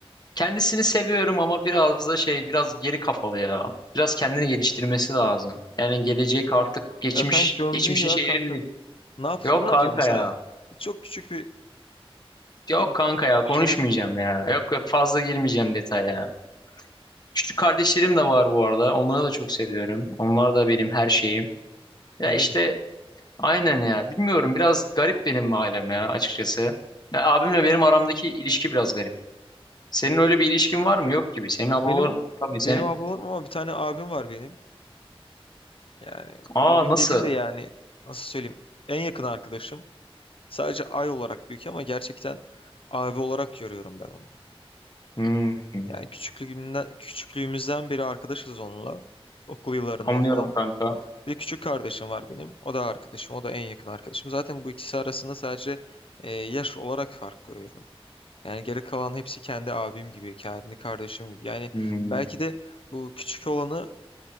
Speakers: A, on the left; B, on the left.
A: kendisini seviyorum ama biraz da şey biraz geri kafalı ya. Biraz kendini geliştirmesi lazım. Yani gelecek artık geçmiş
B: Ya sen gömdün
A: geçmişin
B: ya
A: şeyleri
B: kanka.
A: değil.
B: Ne yap
A: Yok
B: ne
A: kanka
B: yapıyor mesela?
A: ya.
B: Çok küçük bir
A: Yok
B: ne bileyim,
A: kanka ya konuşmayacağım
B: şeyler
A: ya. Yok yok fazla girmeyeceğim detaya. Küçük kardeşlerim de var bu arada. Onları da çok seviyorum. Onlar da benim her şeyim. Ya
B: öyle
A: işte
B: mi?
A: aynen ya. Bilmiyorum biraz garip benim ailem ya açıkçası. Ya abimle benim aramdaki ilişki biraz garip. Senin öyle bir ilişkin var mı? Yok gibi. Senin ablaların
B: Benim
A: tabii senin
B: benim ablam ama bir tane abim var benim. Yani
A: Aa
B: abim
A: nasıl?
B: dediğim de yani nasıl söyleyeyim? En yakın arkadaşım. Sadece ay olarak büyük ama gerçekten abi olarak görüyorum ben onu.
A: Hmm,
B: Yani küçüklüğümden, küçüklüğümüzden beri arkadaşız onunla. Okul yıllarından
A: anlıyorum
B: falan.
A: kanka.
B: Bir küçük kardeşim var benim. O da arkadaşım. O da en yakın arkadaşım. Zaten bu ikisi arasında sadece e, yaş olarak fark koyuyorum. Yani geri kalan hepsi kendi abim gibi, kendi kardeşim gibi. Yani
A: Hmm,
B: belki de bu küçük olanı